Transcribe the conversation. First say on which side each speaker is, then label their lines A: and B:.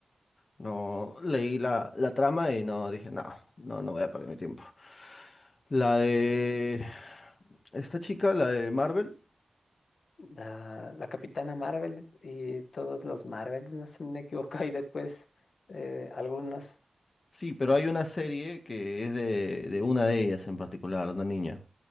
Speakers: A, on the left; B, on the left.
A: no leí la, la trama y no dije, no, no, no voy a perder mi tiempo. La de esta chica, la de Marvel.
B: La, la Capitana Marvel y todos los Marvels, no sé si me equivoco, y después eh, algunos.
A: Sí, pero hay una serie que es de, de una de ellas en particular, una niña.